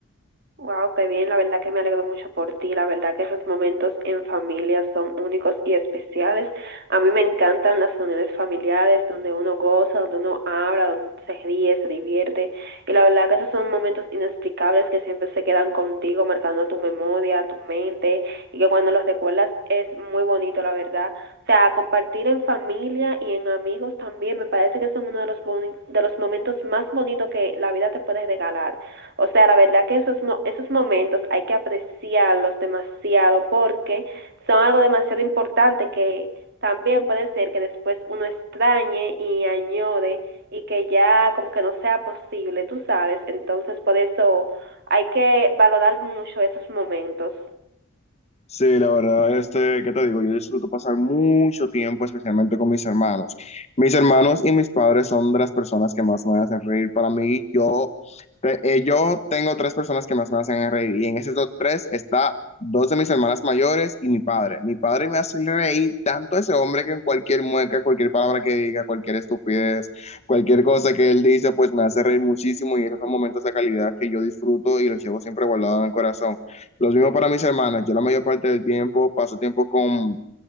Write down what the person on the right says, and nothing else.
Wow, qué bien, la verdad que me alegro mucho por ti, la verdad que esos momentos en familia son únicos y especiales. A mí me encantan las reuniones familiares donde uno goza, donde uno habla, donde uno se ríe, se divierte y la verdad que esos son momentos inexplicables que siempre se quedan contigo, marcando tu memoria, tu mente y que cuando los recuerdas es muy bonito, la verdad. O sea, compartir en familia y en amigos también me parece que son uno de los, boni- de los momentos más bonitos que la vida te puede regalar. O sea, la verdad que esos, esos momentos hay que apreciarlos demasiado porque son algo demasiado importante que también puede ser que después uno extrañe y añore y que ya como que no sea posible, tú sabes. Entonces, por eso hay que valorar mucho esos momentos.